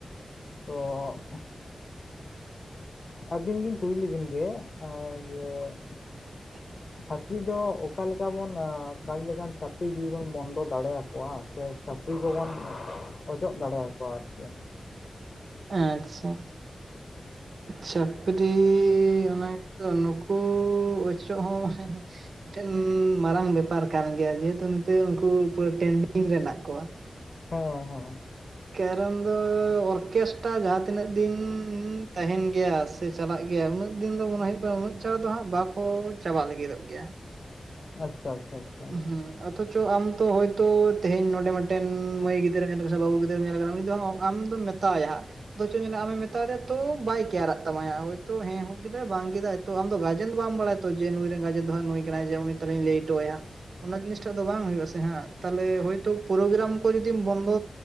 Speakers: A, on the left (about 50°); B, on the right (about 75°).
A: ᱛᱚ ᱚᱜ ᱚᱸ ᱟᱹᱵᱤᱱ ᱞᱤᱧ ᱠᱩᱞᱤ ᱞᱮᱵᱤᱱ ᱜᱮ ᱡᱮ,
B: <inaudible>
A: ᱪᱷᱟᱹᱯᱨᱤ ᱫᱚ ᱚᱠᱟ ᱞᱮᱠᱟ ᱵᱚᱱ ᱠᱟᱡᱽ ᱞᱮᱠᱷᱟᱱ, ᱪᱷᱟᱹᱯᱨᱤ ᱜᱤᱵᱚᱱ ᱵᱚᱱᱫᱚ ᱫᱟᱲᱮ ᱟᱠᱚᱣᱟ᱾ ᱥᱮ ᱪᱷᱟᱹᱯᱨᱤ ᱠᱚᱵᱚᱱ ᱚᱪᱚᱜ ᱫᱟᱲᱮ ᱟᱠᱚᱣᱟ ᱟᱨᱠᱤ,
B: ᱟᱪᱪᱷᱟ ᱪᱷᱟᱹᱯᱨᱤ ᱚᱱᱟ ᱜᱮᱛᱚ ᱱᱩᱠᱩ ᱚᱪᱚᱜ ᱦᱚᱸ ᱢᱟᱱᱮ ᱢᱤᱫᱴᱮᱱ ᱢᱟᱨᱟᱝ ᱵᱮᱯᱟᱨ ᱠᱟᱱ ᱜᱮᱭᱟ ᱡᱮᱦᱮᱛᱩ ᱱᱮ ᱩᱱᱠᱩ ᱴᱮᱱᱰᱤᱝ ᱢᱮᱱᱟᱜ ᱠᱚᱣᱟ
A: ᱦᱚᱸ
B: ᱠᱟᱨᱚᱱ ᱫᱚ ᱚᱨᱠᱮᱥᱴᱟᱨ ᱡᱟᱦᱟᱸ ᱛᱤᱱᱟᱹᱜ ᱫᱤᱱ ᱛᱟᱦᱮᱱ ᱜᱮ ᱜᱮᱭᱟ ᱥᱮ ᱪᱟᱞᱟᱜ ᱜᱮᱭᱟ ᱩᱱᱟᱹᱜ ᱫᱤᱱ ᱫᱚ ᱢᱚᱱᱮ ᱦᱩᱭᱩᱜ ᱠᱟᱱᱟ ᱩᱱᱟᱹᱜ ᱪᱟᱬ ᱫᱚ ᱦᱟᱸᱜ ᱵᱟᱠᱚ ᱪᱟᱵᱟᱜ ᱞᱟᱹᱜᱤᱫᱚᱜ ᱜᱮᱭᱟ <inaudible>
A: ᱟᱪᱪᱷᱟ ᱟᱪᱪᱷᱟ ᱟᱪᱪᱷᱟ
B: ᱦᱮᱸ ᱚᱛᱷᱚᱪᱚ ᱟᱢ ᱛᱚ ᱳᱭᱛᱚ ᱛᱮᱦᱮᱧ ᱱᱚᱰᱮ ᱢᱤᱫᱴᱮᱱ ᱢᱟᱹᱭ ᱜᱤᱫᱽᱨᱟᱹ ᱧᱮᱞ ᱠᱟᱱᱟ ᱥᱮ ᱵᱟᱹᱵᱩ ᱜᱤᱫᱨᱟᱹᱢ ᱧᱮᱞ ᱠᱟᱱᱟ ᱩᱱᱤ ᱫᱚ ᱟᱢ ᱫᱚᱢ ᱢᱮᱛ ᱢᱮᱛᱟᱣᱟᱭ ᱦᱟᱸᱜ ᱟ ᱪ ᱟᱢᱮ ᱢᱮᱛᱟ ᱫᱮᱭᱟ ᱛᱚ ᱵᱟᱭᱤᱠ ᱠᱮᱭᱟᱨᱟᱜ ᱛᱟᱢᱟᱭᱟ ᱦᱳᱭᱛᱳ ᱦᱮᱸ ᱦᱩ ᱠᱮᱫᱟᱭ ᱵᱟᱝ ᱠᱮᱫᱟᱭ ᱛᱚ ᱟᱢ ᱫᱚ ᱜᱟᱨᱡᱮᱱ ᱫᱚ ᱵᱟᱢ ᱵᱟᱲᱟᱭᱟ ᱛᱚ ᱡᱮ ᱱᱩᱭ ᱨᱮᱱ ᱜᱟᱨᱡᱮᱱ ᱫᱚ ᱦᱟᱜ ᱱᱩᱭ ᱠᱟᱱᱟᱭ ᱡᱮ ᱩᱱᱤ ᱛᱟᱞᱦᱮᱧ ᱞᱟᱹᱭ ᱴᱳ ᱟᱭᱟ ᱚᱱᱟ ᱡᱤᱱᱤᱥᱴᱟᱜ ᱫᱚ ᱵᱟᱝ ᱦᱩᱭᱩᱜ ᱟᱥᱮ ᱦᱟᱜ ᱛᱟᱦᱞᱮ ᱦᱳᱭᱛᱳ ᱯᱨᱳᱜᱨᱟᱢ ᱠᱚ ᱡᱩᱫᱤᱢ ᱵᱚᱱᱫᱚ